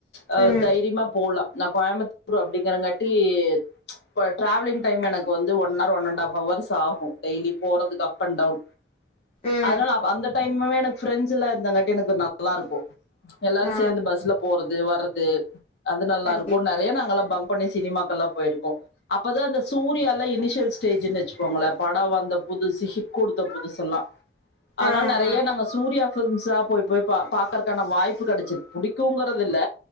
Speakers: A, on the left; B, on the left.
A: அ
B: ம்
A: தைரியமா போலா நா கோயமுத்தூர் அப்டிங்கறங்காட்டி ம்ச் இப்ப டிராவலிங் டைம் எனக்கு வந்து one hour one and half hours ஆகு டெயலி போறதுக்கு அப் அண்ட் டவுன்
B: ம்
A: அதனால அப்ப அந்த டைமுமே எனக்கு பிரண்ட்ஸ் எல்ல இருந்தங்காட்டி எனக்கு நல்லா இருக்கு எல்லாரு
B: ஆ
A: சேர்ந்து பஸ்ல போறது வர்றது அது நல்லா
B: கண்டிப்பாக
A: இருக்கு ந நெறைய நாங்க எல்ல பங்க் பண்ணி சினிமாக்கள்லா போயிருக்கோ அப்பதா அந்த சூர்யல்லா இனிஷியல் ஸ்டேஜ்ன்னு வச்சுக்கோங்களே படோ வந்த புதுசு ஹிட் குடுத்த புதுசுல்லா அதனால
B: ஆ
A: நெறைய
B: ஆ
A: நாங்க சூர்யா ஃபிலிம்ஸ்ஸா போய் போய் பாக்கறக்கான வாய்ப்பு கெடைச்சுது புடிக்குங்கிறது இல்ல